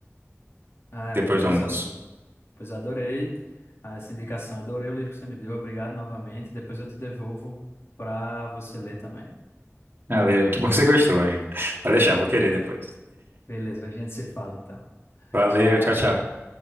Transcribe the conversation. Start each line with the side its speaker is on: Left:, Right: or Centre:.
Left: Ah, amigo,
Right: depois
Left: pois
Right: do almoço.
Left: ótimo. Pois adorei ah, essa indicação, adorei o livro que você me deu. Obrigado novamente. Depois eu te devolvo pra você ler também.
Right: Valeu, que bom que você gostou, amigo. Pode deixar, vou querer depois.
Left: Beleza, a gente se fala então.
Right: Valeu,
Left: Tchau.
Right: tchau, tchau.